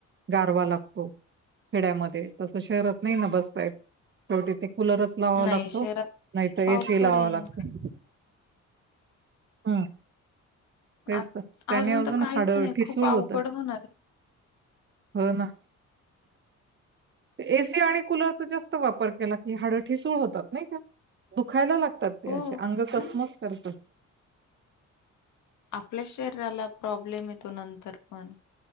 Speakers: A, on the right (about 40°); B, on the left (about 75°).
A: गारवा लागतो खेड्यामध्ये तस शहरात नाही न बसताय शेवटी ते कुलरच लावावा
B: नाही
A: लागतो,
B: शहरात
A: नाहीतर
B: खूप अवघड
A: ए. सी. लावा
B: आहे.
A: लागतो. हम. तेच
B: आ
A: त्याने अजून
B: तर काहीच
A: हाड
B: नाही
A: ठिसूळ
B: खूप अवघड
A: होत
B: होणार आहे.
A: हो ना. ए. सी. आणि कुलरचा जास्त वापर केला की हाड ठसूळ होतात नाही का दुखायला लागत. तेे
B: हो
A: अंग कसमच
B: आणि
A: करतात.
B: आपल्या शरीराला प्रॉब्लेम येतो नंतर पण